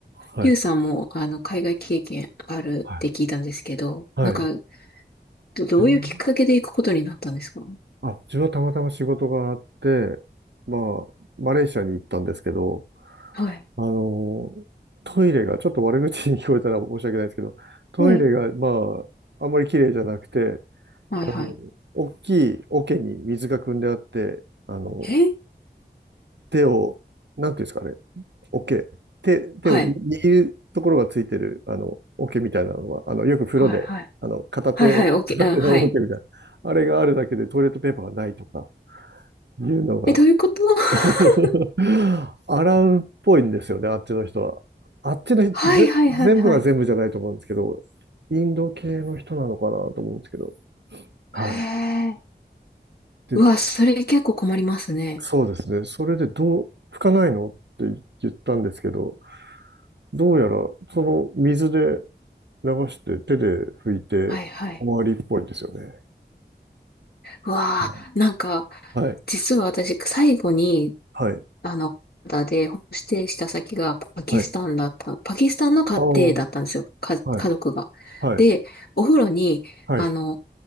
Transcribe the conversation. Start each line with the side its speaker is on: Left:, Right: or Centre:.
Right: はい。
Left: ゆうさんも、あの、海外経験あるって聞いたんですけど、
Right: はい。はい。
Left: なんか、ど、どういうきっかけで行くことになったんですか
Right: 自分あ、自分はたまたま仕事があって、まあ、マレーシアに行ったんですけど、
Left: はい。
Right: あの、トイレが、ちょっと悪口に聞こえたら申し訳ないですけど、トイレが、
Left: はい。
Right: まあ、あんまり綺麗じゃなくて、
Left: はいはい。
Right: あの、大きい桶に水が汲んであって、あの、
Left: え
Right: 手を、なんていうんですかね、桶、手、手を握るところがついてる、
Left: はい。
Right: あの、桶みたいなのは、あの、よく風呂で、
Left: はいはい。
Right: あの、片手、
Left: はいはい、オッケー、
Right: 片手の桶みたいな、
Left: うん、はい。
Right: あれがあるだけでトイレットペーパーがないとか、いうのが、
Left: え、どういうこと <laughs>
Right: <laughs> 洗うっぽいんですよね、あっちの人は。あっちの人、
Left: はいはいはいはい。
Right: ぜ、全部が全部じゃないと思うんですけど、インド系の人なのかなと思うんですけど。はい。
Left: へえ。
Right: で、
Left: うわ、それ結構困りますね。
Right: そうですね。それでどう、拭かないのって言ったんですけど、どうやらその水で流して手で拭いて終わりっぽいんですよね。
Left: はいはい。うわあ、
Right: うん
Left: なんか、
Right: はい。
Left: 実は私、最後に、
Right: はい。
Left: あの、カナダでホームステイした先がパキスタンだった、
Right: はい。
Left: パキスタンの家庭だったんですよ、
Right: ああ、は
Left: か、家族が。
Right: い。はい。
Left: で、お風呂に、
Right: はい。
Left: あの、